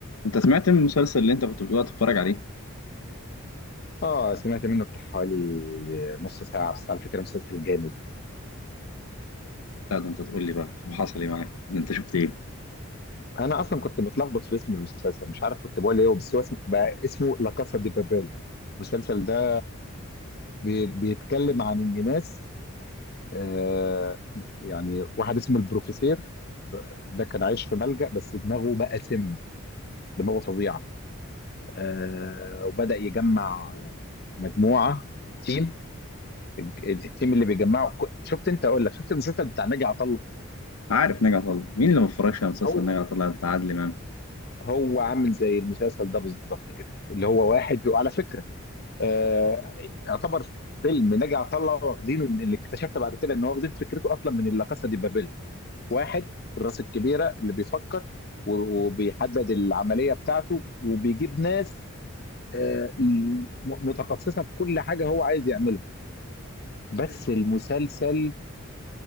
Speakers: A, on the left; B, on the left.
A: انت سمعت من المسلسل اللي انت كنت بتقول تتفرج عليه
B: اه سمعت منه بتاع حوالي نص ساعة بس على فكرة مسلسل جامد
A: لا ده انت تقول لي بقى هو حصل ايه معاك ده انت شفت ايه
B: أنا أصلا كنت متلخبط في اسم المسلسل مش عارف كنت بقول إيه بس هو اسم بقى اسمه لا كاسا دي بابيل المسلسل ده بي... بيتكلم عن إن ناس آه يعني واحد اسمه البروفيسير ده كان عايش في ملجأ بس دماغه بقى سم دماغه فظيعة آه وبدأ يجمع مجموعة تيم التيم اللي بيجمعه شفت أنت أقول لك شفت المسلسل بتاع ناجي عطا
A: عارف نجع طلع مين اللي ما اتفرجش على مسلسل
B: الله
A: نجع طلع بتاع عادل امام
B: هو عامل زي المسلسل ده بالظبط كده اللي هو واحد بيبقى على فكره آه يعتبر فيلم نجا عطله واخدينه من اللي اكتشفت بعد كده ان هو واخدين فكرته اصلا من لا كاسا دي بابيل واحد الراس الكبيره اللي بيفكر و- وبيحدد العمليه بتاعته وبيجيب ناس آه م- متخصصه في كل حاجه هو عايز يعملها بس المسلسل